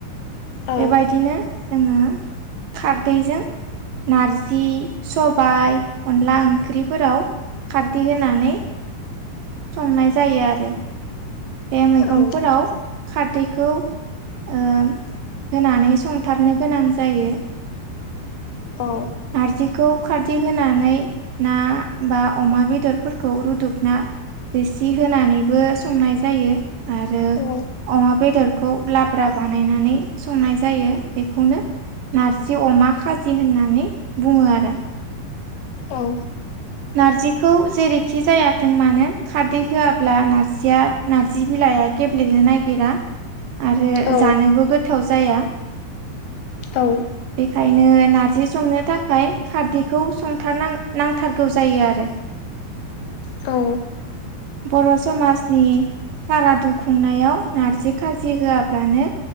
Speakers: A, on the left; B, on the right.
A: औ
B: बेबायदिनो जोङो खारदैजों नारजि सबाय अनला ओंख्रिफोराव खारदि होनानै संनाय जायो आरो बे मैगंफोराव
A: औ
B: खारदैखौ ओ होनानै संथारनो गोनां जायो
A: औ
B: नारजिखौ खारदि होनानै ना बा अमा बेदरफोरखौ रुदबना रोसि होनानैबो संनाय जायो आरो
A: औ
B: अमा बेदरखौ लाब्रा बानायनानै संनाय जायो बेखौनो नारजि अमा खाजि होननानै बुङो आरो
A: औ
B: नारजिखौ जेरैखि जायाथों मानो खारदै होआब्ला नारजिया नारजि बिलाइया गेब्लेनो नागिरा आरो
A: औ
B: जानोबो गोथाव जाया
A: औ
B: बेखायनो नारजि संनो थाखाय खारदैखौ संथार नां-नांथारगौ जायो आरो <inaudible>
A: औ
B: बर' समासनि सारादु खुंनायाव नारजि खाजि होआब्लानो